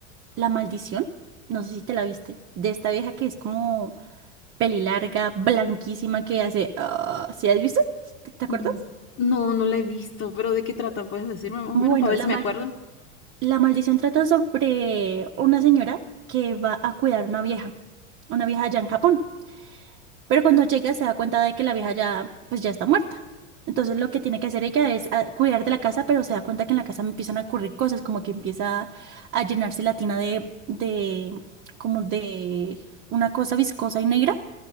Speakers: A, on the right; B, on the left.
A: La Maldición, no sé si te la viste, de esta vieja que es como peli larga, blanquísima, que hace... ah, ¿sí has visto? ¿Te, te acuerdas?
B: Mm. No, no la he visto, pero ¿de qué trata? ¿Puedes decirme más
A: Bueno,
B: o menos para ver
A: la
B: si me
A: maldi-
B: acuerdo?
A: la maldición trata sobre una señora que va a cuidar una vieja, una vieja allá en Japón. Pero cuando llega se da cuenta de que la vieja ya, pues ya está muerta. Entonces lo que tiene que hacer ella es ah, cuidar de la casa, pero se da cuenta que en la casa empiezan a ocurrir cosas, como que empieza a llenarse la tina de, de, como de una cosa viscosa y negra